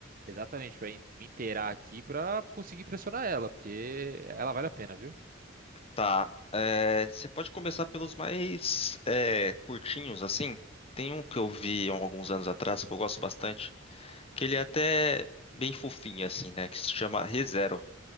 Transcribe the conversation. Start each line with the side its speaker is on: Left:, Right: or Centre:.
Right: exatamente, pra me inteirar aqui pra conseguir pressionar ela, porque ela vale a pena, viu?
Left: Tá. é, você pode começar pelos mais é, curtinhos, assim. Tem um que eu vi há alguns anos atrás, que eu gosto bastante, que ele é até bem fofinho, assim, né? Que se chama ReZero.